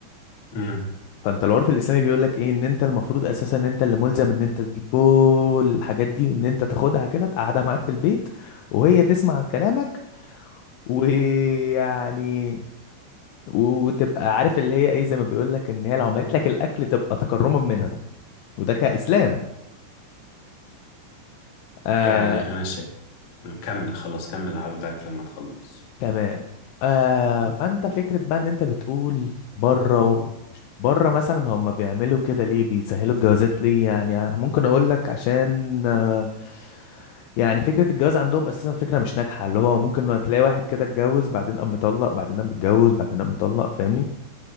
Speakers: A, on the left; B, on the left.
A: امم
B: فانت العرف الاسلامي بيقول لك ايه ان انت المفروض اساسا ان انت اللي ملزم ان انت تجيب كل الحاجات دي وان انت تاخدها كده تقعدها معاك في البيت وهي تسمع كلامك ويعني وتبقى عارف اللي هي ايه زي ما بيقول لك ان هي لو عملت لك الاكل تبقى تكرما منها وده كاسلام آه،
A: يعني أنا شا... كمل خلاص كمل هرد عليك لما تخلص
B: تمام آه فانت فكرة بقى ان انت بتقول بره ومش بره مثلا هم بيعملوا كده ليه بيسهلوا الجوازات ليه يعني ممكن اقول لك عشان آه يعني فكرة الجواز عندهم اساسا فكرة مش ناجحة اللي هو ممكن تلاقي واحد كده اتجوز بعدين قام مطلق بعدين قام متجوز بعدين قام مطلق فاهمني